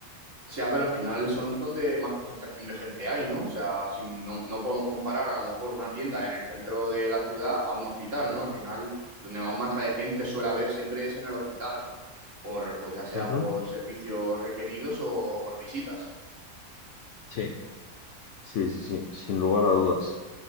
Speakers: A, on the right; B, on the left.
A: O a ver al final son donde más concentración de gente hay, ¿no? O sea, si no, no podemos comparar a lo mejor una tienda en el centro de la ciudad a un hospital, ¿no? Al final, donde más masa de gente suele haber siempre es en el hospital, ¿no? Por, pues ya sea
B: Ujú.
A: por servicios requeridos o por visitas.
B: Sí. Sí, sí, sí, sin lugar a dudas,